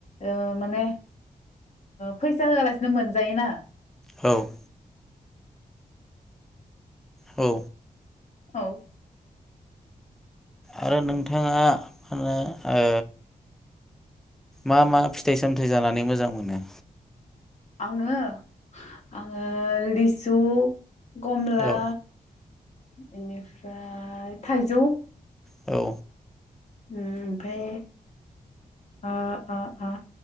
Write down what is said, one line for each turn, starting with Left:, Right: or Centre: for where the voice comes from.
Left: ओ माने फैसा होयालासे जायोना।
Centre: औ औ
Left: औ
Centre: आरो नोंथाङा ओ ओ मा मा फिथाइ सामथाइ जानानै मोजां मोनो?
Left: आङो आङो लिस सु कमला
Centre: औ
Left: इनिफ्राय थाइजौ
Centre: औ
Left: ओम फाय आ आ आ